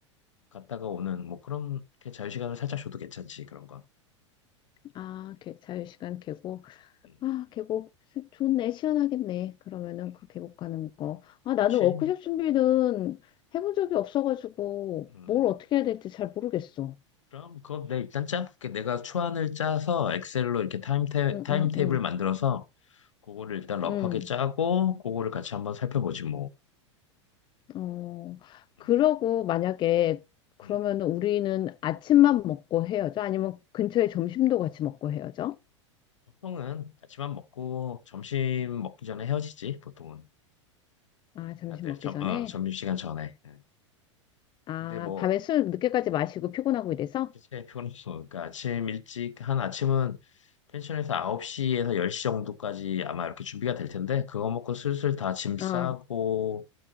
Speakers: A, on the left; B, on the left.
A: 갔다가 오는 뭐 그런 게 자유시간을 살짝 줘도 괜찮지 그런 거.
B: 아,
A: 음,
B: 개, 자유시간 계곡.
A: 음,
B: 아, 계곡 좋네. 시원하겠네. 그러면은
A: 음.
B: 그 계곡 가는 거. 아, 나는
A: 그렇지.
B: 워크숍 준비는 해본 적이 없어가지고
A: 음.
B: 뭘 어떻게 해야 될지 잘 모르겠어.
A: 그럼 그거 내 일단 짜. 내가 초안을 짜서 엑셀로 이렇게 타임 테,
B: 응,
A: 타임
B: 응,
A: 테이블
B: 응.
A: 만들어서 그거를 일단 러프하게
B: 응.
A: 짜고 그거를 같이 한번 살펴보지 뭐.
B: 어, 그러고
A: 음,
B: 만약에 그러면
A: 음.
B: 우리는 아침만 먹고 헤어져? 아니면 근처에 점심도 같이 먹고 헤어져?
A: 보통은 아침밥 먹고 점심 먹기 전에 헤어지지 보통은
B: 아, 점심
A: 다들
B: 먹기
A: 점,
B: 전에?
A: 어, 점심시간 전에. 예.
B: 아,
A: 근데 뭐
B: 밤에 술 늦게까지 마시고 피곤하고 이래서?
A: 대체 피곤해서 그러니까 아침 일찍 한 아침은 펜션에서 9시에서 10시 정도까지 아마 이렇게 준비가 될 텐데 그거 먹고 슬슬 다 짐 싸고
B: 어,